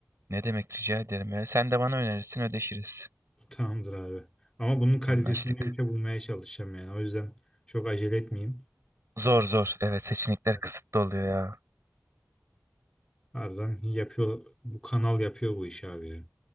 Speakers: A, on the right (about 70°); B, on the left (about 15°).
A: Ne demek rica ederim ya. Sen de bana önerirsin ödeşiriz.
B: Tamamdır abi. Ama bunun kalitesinde
A: Anlaştık.
B: bir şey bulmaya çalışacağım yani. O yüzden çok acele etmeyeyim.
A: Zor zor. Evet seçenekler
B: Evet.
A: kısıtlı oluyor ya.
B: Harbiden yapıyor. Bu kanal yapıyor bu işi abi ya.